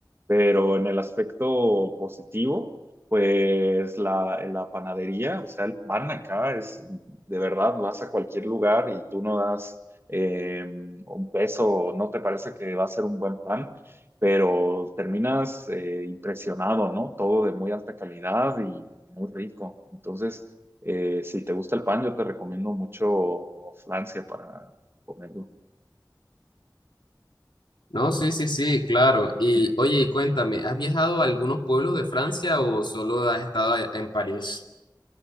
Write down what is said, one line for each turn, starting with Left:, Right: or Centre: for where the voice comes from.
Right: Pero en el aspecto positivo, pues la, en la panadería, o sea, el pan acá es, de verdad, vas a cualquier lugar y tú no das eh, un peso, no te parece que va a ser un buen pan pero terminas eh, impresionado, ¿no? Todo de muy alta calidad y muy rico. Entonces, eh, si te gusta el pan, yo te recomiendo mucho Francia para comerlo.
Left: No, sí, sí, sí, claro. Y
Right: <laughs>
Left: oye, y cuéntame, ¿has viajado a algunos pueblos de Francia o solo has estado a- en París?